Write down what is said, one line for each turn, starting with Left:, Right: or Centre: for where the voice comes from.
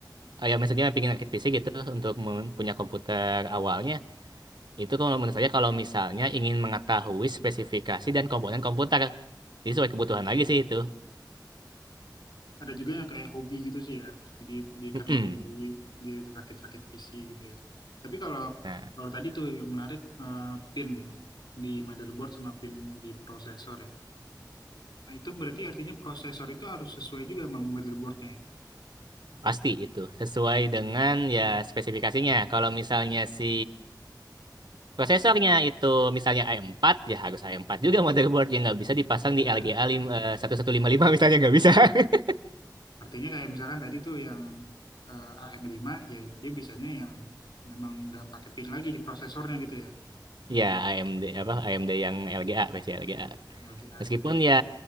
Right: eh, ya maksudnya pengen rakit PC gitu untuk mempunyai komputer awalnya, itu kalau menurut saya kalau misalnya ingin mengetahui spesifikasi dan komponen komputer, jadi sesuai kebutuhan lagi sih itu.
Left: Ada juga yang kayak hobi gitu sih ya. Jadi dia
Right: Mm-mm.
Left: karena hobi dia rakit-rakit PC gitu ya. Tapi kalau
Right: Nah,
Left: kalau tadi tuh yang menarik eh, pin di motherboard sama pin di prosesor ya. Nah, itu berarti artinya prosesor itu harus sesuai juga sama motherboardnya ya.
Right: pasti itu sesuai dengan ya spesifikasinya. Kalau misalnya si prosesornya itu misalnya i empat ya harus i empat juga motherboard yang nggak bisa dipasang di
Left: Ya,
Right: LGA lim- eh, 1155 misalnya nggak bisa. <laughs>
Left: artinya kayak misalkan tadi tuh yang eh, AM5 ya dia bisanya yang memang nggak pakai pin lagi di prosesornya gitu ya.
Right: Ya, AMD
Left: Oke,
Right: apa AMD yang LGA versi LGA.
Left: LGA.
Right: Meskipun ya